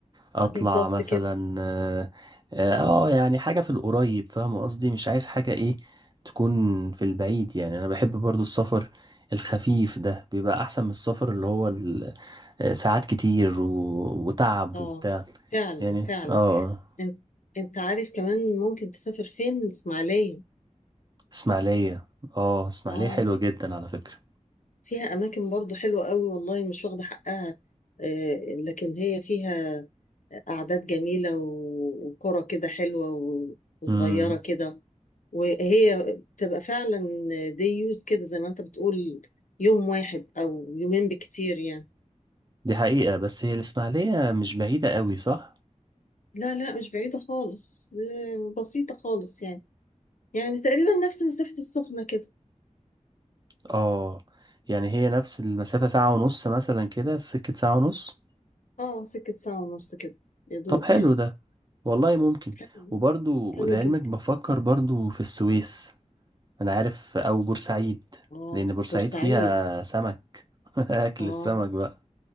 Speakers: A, on the right (about 35°); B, on the left (about 80°).
A: اطلع
B: بالظبط
A: مثلا
B: كده
A: اه آه، يعني حاجة في القريب فاهم قصدي مش عايز حاجة ايه تكون في البعيد يعني انا بحب برضو السفر الخفيف ده بيبقى احسن من السفر اللي هو ال- آه، ساعات كتير و... وتعب
B: اه
A: وبتاع
B: فعلا
A: يعني
B: فعلا
A: اه آه.
B: انت انت عارف كمان ممكن تسافر فين الاسماعيلية
A: اسماعيلية اه اسماعيلية
B: اه
A: حلوة جدا على فكرة
B: فيها أماكن برضو حلوة قوي والله مش واخدة حقها آه، لكن هي فيها أعداد جميلة و- وقرى كده حلوة و- وصغيرة
A: امم
B: كده وهي بتبقى فعلا دي يوز كده زي ما أنت بتقول يوم واحد أو يومين بكتير يعني
A: دي حقيقة بس هي الاسماعيلية مش بعيدة قوي صح
B: لا لا مش بعيدة خالص آه، بسيطة خالص يعني يعني تقريبا نفس مسافة السخنة كده
A: اه يعني هي نفس المسافة ساعة ونص مثلا كده سكة ساعة ونص
B: اه سكة ساعة ونص كده يا دوب
A: طب حلو
B: يعني
A: ده والله ممكن
B: حلو
A: وبرضو
B: حلو
A: لعلمك
B: جدا
A: بفكر برضو في السويس انا عارف او بورسعيد
B: اه
A: لان بورسعيد
B: بورسعيد
A: فيها سمك <laughs> اكل
B: اه
A: السمك بقى